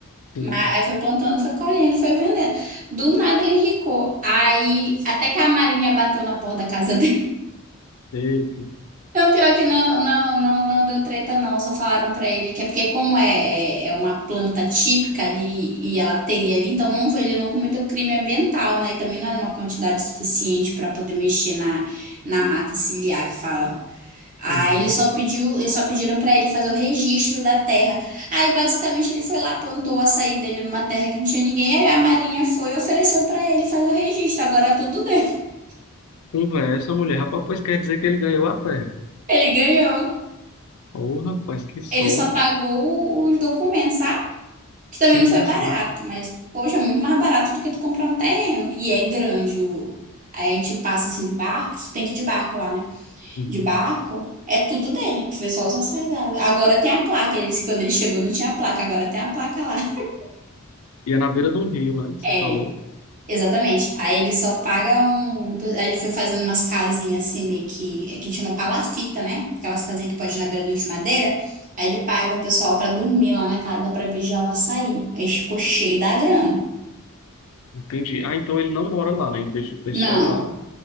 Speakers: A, on the left; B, on the right.
A: sim.
B: Mas Aí foi plantando, foi colhendo, foi vendendo. Do nada ele enricou. Aí até que a Marinha bateu na porta da casa <laughs> dele.
A: Eita.
B: Não, pior que não, não, não, não deu treta, não. Só falaram pra ele que é porque, como é, é, é uma planta típica ali e ela teria ali, então não, foi- ele não cometeu crime ambiental, né? E também não era uma quantidade suficiente pra poder mexer na, na mata ciliar que fala. Aí
A: Uhum.
B: ele só pediu, eles só pediram pra ele fazer o registro da terra. Aí basicamente ele foi lá, plantou o açaí dele numa terra que não tinha ninguém, aí a Marinha foi e ofereceu pra ele fazer o registro. Agora é tudo dele. <laughs>
A: Conversa, mulher. Rapaz, pois quer dizer que ele ganhou a terra.
B: Ele ganhou.
A: Ô, rapaz, que sorte.
B: Ele só pagou os documentos, sabe? que
A: Sim,
B: também não foi barato,
A: sim.
B: mas, poxa, é muito mais barato do que tu comprar um terreno. E é grande. O... Aí a gente passa assim de barco, tem que ir de barco lá, né?
A: Uhum.
B: De barco, é tudo dele. A gente vê só os acessórios. Agora tem a placa. Eles, quando ele chegou, não tinha placa, agora tem a placa lá. <laughs>
A: E é na beira de um rio, né? que Você
B: É,
A: falou.
B: exatamente. Aí ele só paga um. um, Aí ele foi fazendo umas casinhas assim, meio que. É que chama palafita, né? Aquelas casinhas que pode ir na beira do rio de madeira. Aí ele paga o pessoal pra dormir lá na casa pra vigiar o açaí. Aí ficou cheio da grana.
A: Entendi. Ah, então ele não mora lá, né? Ele deixa o pessoal
B: Não.
A: lá.